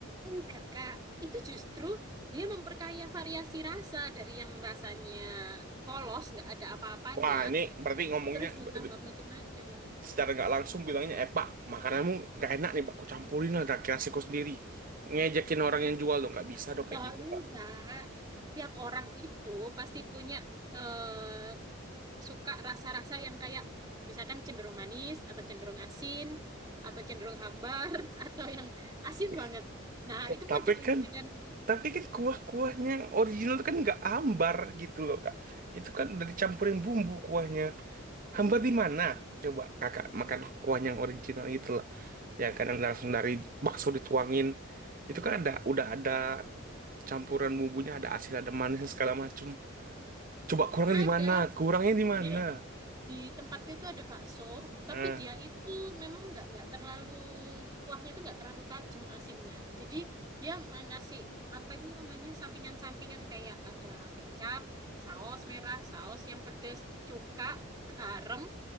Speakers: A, on the right; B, on the right.
A: Enggak, Kak. Itu justru dia memperkaya variasi rasa dari yang rasanya polos, nggak ada apa-apanya,
B: Wah, ini berarti ngomongnya
A: terus ditambah
B: ber-
A: macam-macam.
B: secara nggak langsung bilangnya, eh Pak, makananmu nggak enak nih, Pak. Aku campurin lah, gak kira sendiri. Ngejekin orang yang jual dong, nggak bisa dong kayak
A: Nah,
B: gitu,
A: enggak.
B: Pak.
A: Tiap orang itu pasti punya eh, suka rasa-rasa yang kayak misalkan cenderung manis atau cenderung asin atau cenderung hambar <laughs> atau yang asin
B: <laughs>
A: banget. Nah,
B: Eh,
A: itu
B: tapi
A: macam
B: kan
A: dengan
B: Tapi kan kuah-kuahnya yang original itu kan nggak ambar gitu loh kak. Itu kan udah dicampurin bumbu kuahnya. Hambar di mana? Coba kakak makan kuah yang original gitu loh. Ya kan yang langsung dari bakso dituangin. Itu kan ada udah ada campuran bumbunya, ada asin, ada manisnya segala macem. Coba kurang
A: ada
B: di mana? Kurangnya di
A: gini
B: mana?
A: loh. Di tempatku itu ada bakso,
B: Nah,
A: tapi dia itu memang nggak nggak terlalu kuahnya itu nggak terlalu tajam asinnya. Jadi dia ngasih apa itu namanya sampingan-sampingan kayak ada kecap, saus merah, saus yang pedes, cuka, garam,